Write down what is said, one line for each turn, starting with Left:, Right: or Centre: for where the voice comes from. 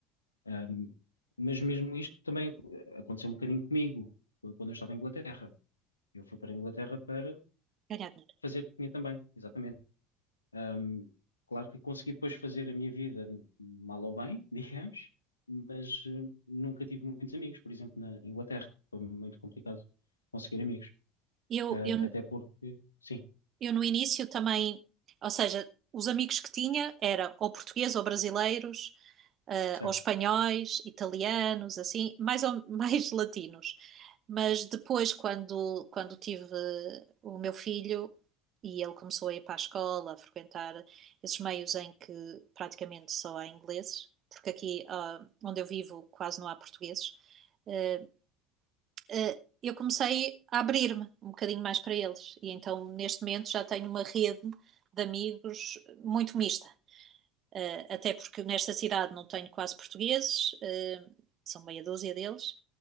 Left: Ahm, mas mesmo isto também aconteceu um bocadinho comigo quando eu estava em Inglaterra. Eu fui para a Inglaterra para
Right: Ganhar dinheiro.
Left: fazer dinheiro também, exatamente. Ahm, claro que consegui depois fazer a minha vida mal ou bem, <laughs> digamos, mas eh, nunca tive muitos amigos, por exemplo, na Inglaterra. Foi muito complicado conseguir amigos.
Right: Eu,
Left: Ahm,
Right: eu,
Left: até porque, sim,
Right: eu no início também, ou seja, os amigos que tinha eram ou portugueses ou brasileiros, uh,
Left: certo,
Right: ou espanhóis, italianos, assim, mais, ou, <laughs> mais latinos. Mas depois, quando, quando tive o meu filho e ele começou a ir para a escola, a frequentar esses meios em que praticamente só há ingleses, porque aqui uh, onde eu vivo quase não há portugueses, uh, uh, eu comecei a abrir-me um bocadinho mais para eles. E então, neste momento, já tenho uma rede de amigos muito mista. Uh, até porque nesta cidade não tenho quase portugueses, uh, são meia dúzia deles,